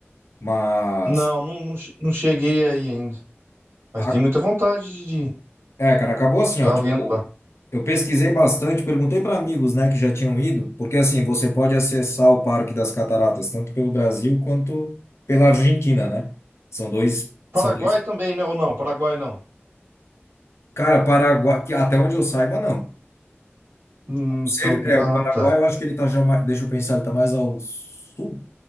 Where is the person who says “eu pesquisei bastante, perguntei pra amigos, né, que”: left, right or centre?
Left